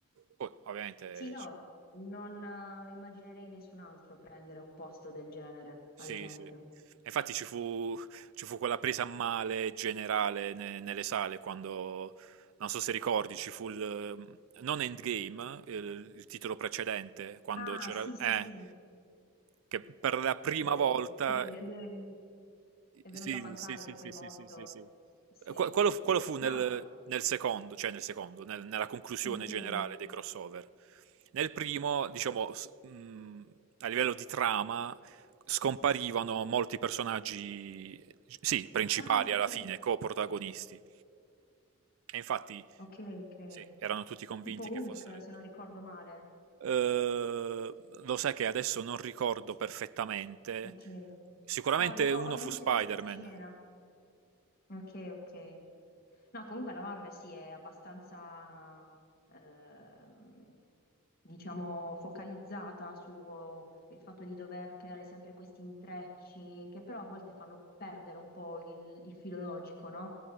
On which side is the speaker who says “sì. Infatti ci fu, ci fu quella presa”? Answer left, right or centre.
Right